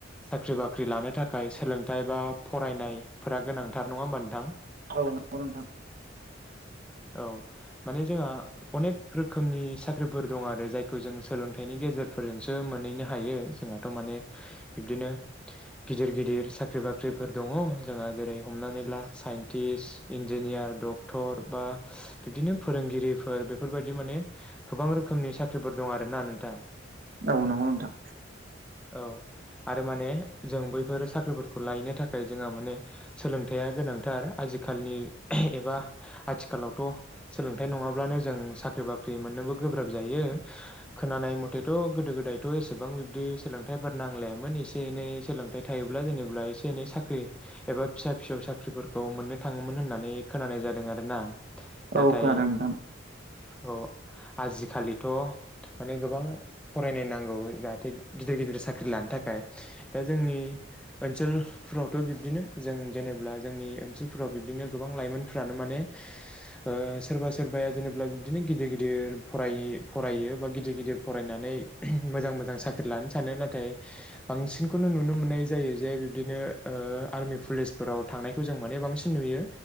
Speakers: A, in the centre; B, on the right.
A: साख्रि बाख्रि लानो थाखाय सोलोंथाइ बा फरायनायफोरा गोनां थार नङा होमबा नोंथां
B: औ नंगौ नोंथां
A: औ माने जोंहा अनेक रोखोमनि साख्रिफोर दं आरो जायखौ जों सोलोंथाइनि गेजेरफोरजोंसो मोनहैनो हायो जोंहाथ' माने बिब्दिनो गिदिर गिदिर साख्रि बाख्रिफोर दङ जोंहा जेरै हमनानै ला साइन्टिस्ट इन्जिनियार डक्टर बा बिदिनो फोरोंगिरिफोर बेफोरबायदि बिदि माने गोबां रोखोमनि साख्रिफोर दं आरो ना नोंथां
B: औ नोंगौ नोंथां।
A: औ आरो माने जों बैफोर साख्रिफोरखौ लायनो थाखाय जोंहा माने सोलोंथाइया गोनांथार आजिखालनि एबा आथिखालावथ' सोलोंथाइ नङाब्लानो जों साख्रि बाख्रि मोननोबो गोब्राब जायो। खोनानाय मथेथ' गोदो गोदायथ' एसेबां बिब्दि सोलोंथाइफोर नांलायामोन एसे एनै सोलोंथाइ थायोब्ला जेनेबा एसे एनै साख्रि एबा फिसा फिसौ साख्रिफोर खौ मोननो थाङोमोन होननानै खोनानाय जादों आरोना
B: औ
A: नाथाय
B: खोनादों नोंथां
A: औ आजिखालिथ' माने गोबां फरायनाय नांगौ जाहाथे गिदिर गिदिर साख्रि लानो थाखाय दा जोंनि पेन्सिल फ्रोरावथ' बिब्दिनो जों जेनेब्ला जोंनि ओनसोलफोराव बिब्दिनो गोबां लाइमोनफ्रानो माने ओ सोरबा सोरबाया जेनेब बिदिनो गिदिर-गिदिर फरायै फरायो बा गिदिर-गिदिर फरायनानै मोजां-मोजां साख लानो सानो नाथाय बांसिनखौनो नुनो मोननाय जायो जे बिब्दिनो ओ आर्मि पुलिसफोराव थांनायखौ जों माने बांसिन नुयो